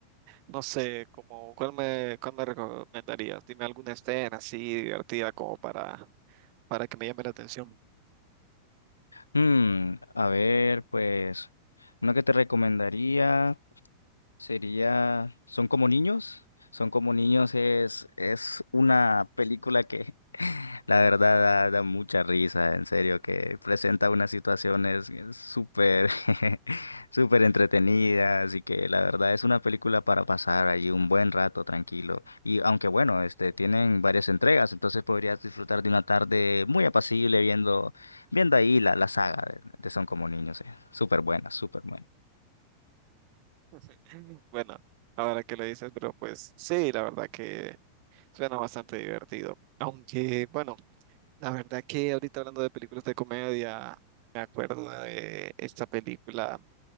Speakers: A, on the right; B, on the left.
A: No sé, como, ¿cuál me, cuál me recomendarías? Dime alguna escena así divertida como para, para que me llame la atención.
B: Mm, a ver, pues, una que te recomendaría sería Son como niños. Son como niños es, es una película que La verdad da, da mucha risa, en serio, que presenta unas situaciones eh, súper, <laughs> súper entretenidas y que la verdad es una película para pasar allí un buen rato tranquilo. Y aunque bueno, este, tienen varias entregas, entonces podrías disfrutar de una tarde muy apacible viendo, viendo ahí la, la saga de, de Son como niños, eh. Súper buena, súper buena.
A: <laughs> Bueno, ahora que lo dices, pero pues sí, la verdad que suena bastante divertido. Aunque, bueno, la verdad que ahorita hablando de películas de comedia, me acuerdo de esta película.